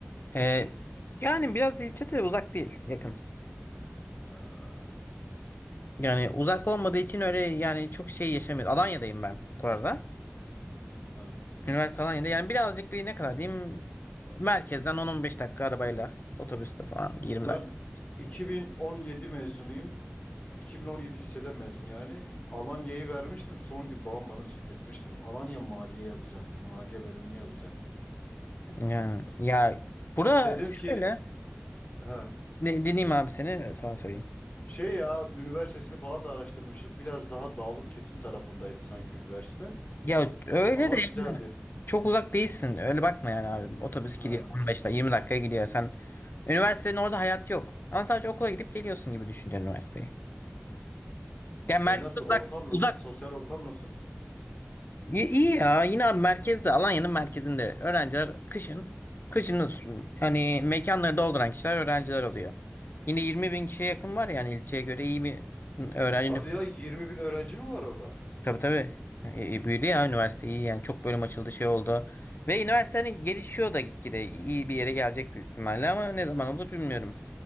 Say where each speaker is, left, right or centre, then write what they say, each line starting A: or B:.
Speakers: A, on the left; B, on the left.
A: Ee, yani biraz ilçe de uzak değil, yakın.
B: Ha,
A: Yani uzak olmadığı için öyle yani çok şey yaşamıyorum. Alanya'dayım ben bu arada.
B: ha.
A: Üniversite Alanya'da. Yani birazcık bir ne kadar diyeyim merkezden on on beş dakika arabayla otobüste falan 20
B: Ben
A: dakika.
B: 2017 mezunuyum. 2017 lisede mezun yani. Alanya'yı vermiştim. Son gün babam bana sildirtmişti. Alanya Maliye yazacaktım. Maliye bölümünü yazacaktım.
A: Yani ya bura
B: Dedim
A: şöyle
B: ki ha
A: ne, dinleyeyim abi seni sonra söyleyeyim.
B: şey ya üniversitesini falan da araştırmıştım. Biraz daha dağlık kesim tarafındaydı sanki üniversite.
A: Ya öyle
B: Ama
A: de
B: güzeldi.
A: yani çok uzak değilsin. Öyle bakma yani abi. Otobüs
B: Ha.
A: gidiyor 15 dakika 20 dakikaya gidiyor. Sen üniversitenin orada hayat yok. Ama sadece okula gidip geliyorsun gibi düşünce üniversiteyi. Yani merkez
B: E nasıl
A: uzak,
B: ortam
A: uzak
B: nasıl? Sosyal ortam nasıl?
A: İyi, iyi ya yine abi merkezde Alanya'nın merkezinde öğrenciler kışın kışın hani mekanları dolduran kişiler öğrenciler oluyor. Yine 20 bin kişiye yakın var yani ilçeye göre iyi bir öğrenci
B: Hadi
A: nüfusu.
B: ya 20 bin öğrenci mi var orada?
A: Tabii tabii E, büyüdü ya üniversite iyi yani çok bölüm açıldı şey oldu. Ve üniversite hani gelişiyor da gitgide iyi bir yere gelecek büyük ihtimalle ama ne zaman olur bilmiyorum.